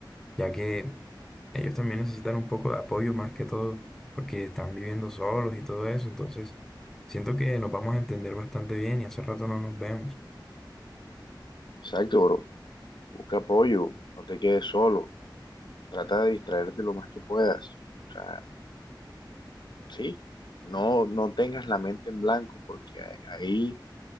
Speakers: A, in the centre; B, on the left.
A: ya que ellos también necesitan un poco de apoyo más que todo porque están viviendo solos y todo eso. Entonces, siento que nos vamos a entender bastante bien y hace rato no nos vemos.
B: exacto, bro. Busca apoyo, no te quedes solo, trata de distraerte lo más que puedas. O sea, sí, no, no tengas la mente en blanco porque a- ahí